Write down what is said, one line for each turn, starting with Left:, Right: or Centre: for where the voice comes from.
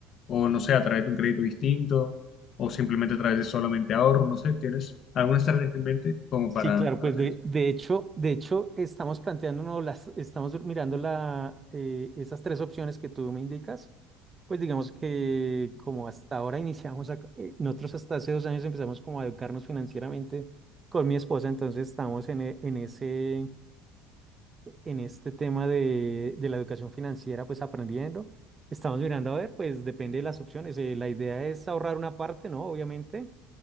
Left: o no sé, a través de un crédito distinto, o simplemente a través de solamente ahorro, no sé, ¿tienes alguna estrategia en mente como
Right: Sí,
Left: para,
Right: claro,
Left: para
Right: pues
Left: hacer
Right: de,
Left: eso?
Right: de hecho, de hecho, estamos planteándonos las, estamos mirando la, eh, esas tres opciones que tú me indicas. Pues digamos que como hasta ahora iniciamos, a- eh, nosotros hasta hace dos años empezamos como a educarnos financieramente con mi esposa, entonces estamos en, e- en ese, en este tema de, de la educación financiera, pues aprendiendo. Estamos mirando, a ver, pues depende de las opciones. eh, la idea es ahorrar una parte, ¿no? Obviamente